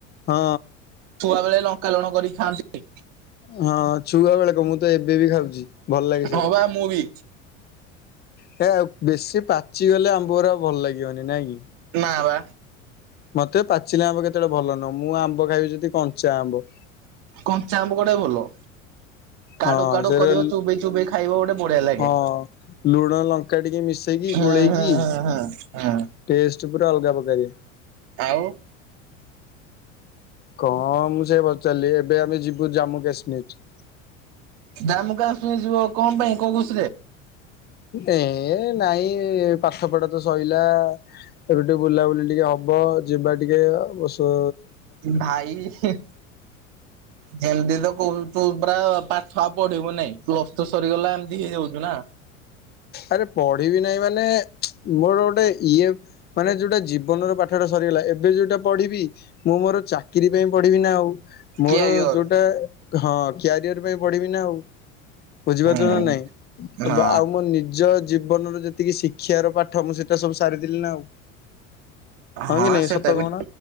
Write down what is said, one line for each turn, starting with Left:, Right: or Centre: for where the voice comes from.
Left: ହଁ।
Right: ଛୁଆ ବେଳେ ଲଙ୍କା ଲୁଣ କରି ଖାଆନ୍ତି।
Left: ହଁ ଛୁଆ ବେଳେ କଣ ମୁଁ ତ ଏବେ ବି ଖାଉଚି ଭଲ ଲାଗେ ସେଇରା।
Right: ହଁ ବା ମୁଁ ବି
Left: ହେ ଆଉ ବେଶୀ ପାଚିଗଲେ ଆମ୍ବ ଅରା ଆଉ ଭଲ ଲାଗିବନି ନାଇଁ କି।
Right: ନାବା
Left: ମତେ ପାଚିଲା ଆମ୍ବ କେତେବେଳେ ଭଲ ନୁହଁ ମୁଁ ଆମ୍ବ ଖାଇବି ଯଦି କଞ୍ଚା ଆମ୍ବ।
Right: କଞ୍ଚା ଆମ୍ବ ଗୋଡ଼ା ଭଲ କାଡ଼ୁ
Left: ହଁ
Right: କାଡ଼ୁ
Left: ସେରେ
Right: କରିବ ଚୋବେଇ ଚୋବେଇ ଖାଇବ ଗୋଟେ ବଢିଆ ଲାଗେ
Left: ହଁ ଲୁଣ ଲଙ୍କା ଟିକେ ମିଶେଇକି
Right: ହୁଁ
Left: ଗୋଳେଇକି
Right: ହୁଁ ହୁଁ ହୁଁ ହୁଁ।
Left: ଟେଷ୍ଟେ ଚ ପୁରା ଅଲଗା ପକାରିଆ
Right: ଆଉ।
Left: କଣ ମୁଁ ସେ ପଚାରିଲି ଏବେ ଆମେ ଯିବୁ ଜାମ୍ମୁ କାଶ୍ମୀର।
Right: ଜାମ୍ମୁକାଶ୍ମୀର ଯିବ କଣ ପାଇଁ କୋଉ କୋଉ
Left: ଏ ନାଇଁ ପାଠ ପଢା ତ ସଇଲା ଏବେ ଟିକେ ବୁଲାବୁଲି ଟିକେ ହବ ଯିବା ଟିକେ ଓସ
Right: ଭାଇ ହୁ ଯେମତି ତ କହୁ ତୁ ପୁରା ପାଠ ଆଉ ପଢିବୁ ନାଇଁ ପ୍ଲସ୍ ଟୁ ସରିଗଲା ଏମିତି ହେଇଯାଉଛୁ ନା।
Left: ଆରେ ପଢିବି ନାହିଁ ମାନେ ମୋର ଗୋଟେ ଇଏ। ମାନେ ଯୋଉଟା ଜୀବନର ପାଠଟା ସରିଗଲା ଏବେ ଯୋଉଟା ପଢ଼ିବି ମୁଁ ମୋର ଚାକିରି ପାଇଁ। ପଢିବି ନା ଆଉ
Right: କ୍ୟାରିଅର
Left: ମୋର ଯୋଉଟା ହଁ କ୍ୟାରିଅର ପାଇଁ ପଢିବି ନା ଆଉ। ବୁଝିପାରୁଛ
Right: ହୁଁ
Left: ନା ନାଇଁ
Right: ହଁ
Left: ବା ଆଉ ମୋ ନିଜ। ଜୀବନର ଯେତିକି ଶିକ୍ଷାର ପାଠ ମୁଁ ସେଟା ସବୁ ସାରିଦେଲି ନା ଆଉ।
Right: ହଁ
Left: କି ନାଇଁ
Right: ସେଟା
Left: ସତ କହୁନ
Right: ବି